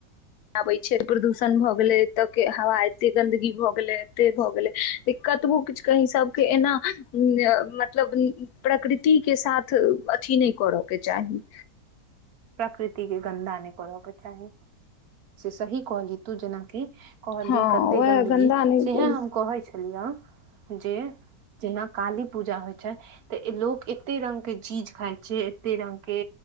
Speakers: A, on the left (about 65°); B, on the right (about 60°).
A: आबै छै प्रदूषण भऽ गेलै एतयके हवा एतेक गन्दगी भऽ गेलै एतेक भऽ गेलै जे कतबो किछु कहीँ सभके एना मतलब प्रकृतिके साथ अथि नहि करयके चाही
B: प्रकृतिक गन्दा नहि करऽ के चाही से सही कॉलेज तू जेनाकी कहली
A: हँ
B: कते
A: वएह
B: गन्दगी
A: गन्दा नहि
B: सेहे हम कहे छी जे जेना काली पूजा होय छै ते लोग एते रंग के चीज खा छै एते रंग के